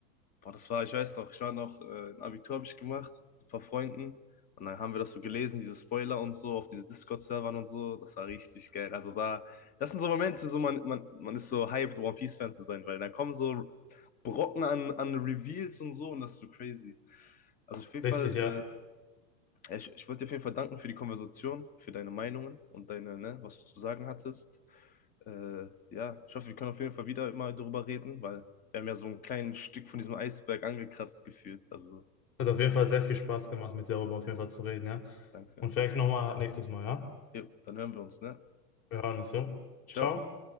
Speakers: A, on the left; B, on the left.
A: Boah, das war, ich weiß noch, ich war noch, äh, ein Abitur habe ich gemacht mit ein paar Freunden und dann haben wir das so gelesen, diese Spoiler und so auf diese Discord-Servern und so. Das war richtig geil. Also da, das sind so Momente, so man, man, man ist so hyped, One Piece-Fan zu sein, weil da kommen so Brocken an, an Reveals und so und das ist so crazy. Also auf jeden
B: Richtig,
A: Fall
B: ja.
A: äh, ja, Ich, ich wollte dir auf jeden Fall danken für die Konversation, für deine Meinungen und deine, ne, was du zu sagen hattest. Äh, ja, ich hoffe, wir können auf jeden Fall wieder immer darüber reden, weil wir haben ja so ein kleines Stück von diesem Eisberg angekratzt gefühlt. Also,
B: Hat auf jeden Fall sehr viel Spaß gemacht, mit dir darüber auf
A: äh,
B: jeden Fall zu reden, ja.
A: danke.
B: Und vielleicht nochmal nächstes Mal, ja?
A: Jo, dann hören wir uns, ne?
B: Wir hören uns, ja.
A: Ciao.
B: Ciao.